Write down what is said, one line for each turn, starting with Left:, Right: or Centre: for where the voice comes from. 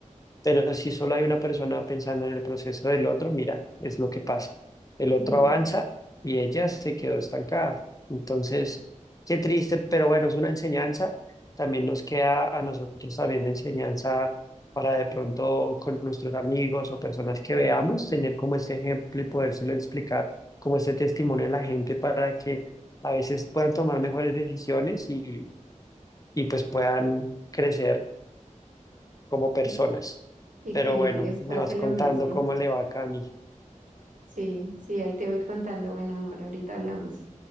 Left: Pero si solo hay una persona pensando en el proceso del otro, mira, es lo que pasa. El otro
Right: Mm,
Left: avanza y ella se quedó estancada. Entonces, qué triste, pero bueno, es una enseñanza. También nos queda a nosotros también enseñanza para de pronto con nuestros amigos o personas que veamos, tener como este ejemplo y podérselo explicar como este testimonio a la gente para que a veces puedan tomar mejores decisiones y, y pues puedan crecer como personas.
Right: Y, y
Left: Pero
Right: que no
Left: bueno,
Right: les
Left: me
Right: pase
Left: vas contando
Right: lo mismo.
Left: cómo le va a Cami.
Right: Sí, sí, ahí te voy contando. Bueno, amor, ahorita hablamos.